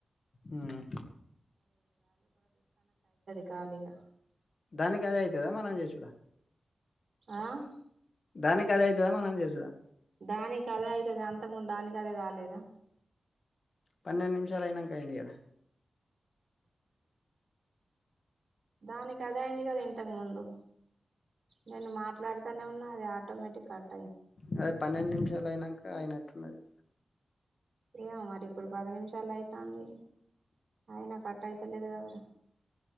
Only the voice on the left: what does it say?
ఉహ్
దానికీ అదే అయ్యితాద మనం జేషుడా
దానికదైతదా మనం జేషుడా
పన్నెండ్నిమ్షాల్ ఐనంకా అయింది గదా
అదే పన్నెండ్నిమ్షాల్ ఐనంకా అయినట్టున్నది